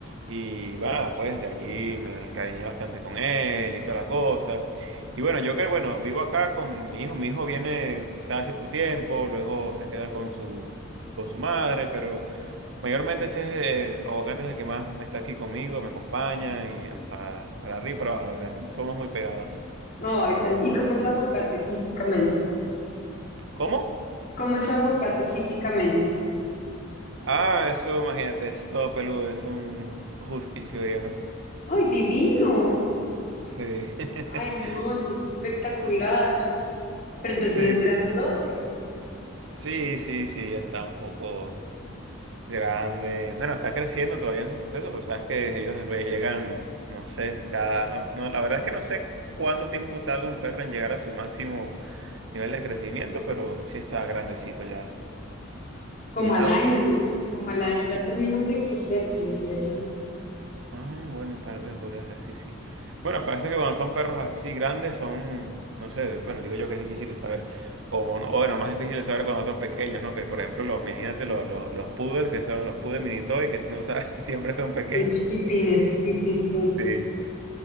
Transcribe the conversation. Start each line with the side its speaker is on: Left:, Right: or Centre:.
Right: Y va, pues de allí me encariñé bastante con él y toda la cosa. Y bueno, yo que, bueno, vivo acá con mi hijo. Mi hijo viene cada cierto tiempo, luego se queda con su, con su madre, pero mayormente ese es el, aguacate es el que más está aquí conmigo, me acompaña y eh, para, para arriba y para abajo, de ¿verdad? Somos muy pegados.
Left: Ay, tan- ¿Y cómo es aguacate físicamente?
Right: ¿Cómo?
Left: ¿Cómo es aguacate físicamente?
Right: Ah, eso, imagínate, es todo peludo, es un husky siberiano.
Left: ¡Ay, divino!
Right: Sí. <laughs>
Left: Ay, no, entonces espectacular. Pero entonces
Right: Sí.
Left: es grandote.
Right: Sí, sí, sí, ya está un poco grande. Bueno, está creciendo todavía en su proceso, pues sabes que ellos del Bay llegan, no sé, cada. No, no, la verdad es que no sé cuánto tiempo tarda un perro en llegar a su máximo nivel de crecimiento, pero sí está grandecito ya.
Left: Como
Right: Y nada,
Left: al año,
Right: pues
Left: ¿no? Como al año,
Right: sí.
Left: ya terminan de crecer, creería yo.
Right: Ah, bueno, tal vez podría ser, sí, sí. Bueno, parece que cuando son perros así grandes son, no sé, bueno, digo yo que es difícil de saber. O, mono- o bueno, más difícil de saber cuando son pequeños, ¿no? Que por ejemplo, los, imagínate los, los, los poodles, que son los poodles mini toy, que tú no sabes, <laughs> siempre son pequeños.
Left: Son chiquitines, sí, sí, sí.
Right: Sí.